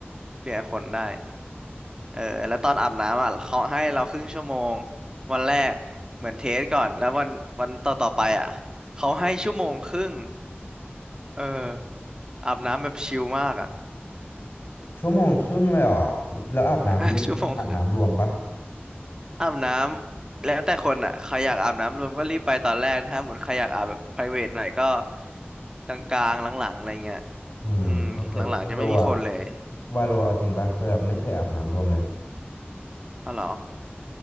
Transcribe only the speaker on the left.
ชั่วโมงครึ่งเลยเหรอแล้วอาบน้ำรวมก็อาบน้ำรวมปะ
อืมโอเควาโลอะ
วาโลเอาจริงปะคือแบบไม่เคยอาบน้ำรวมเลย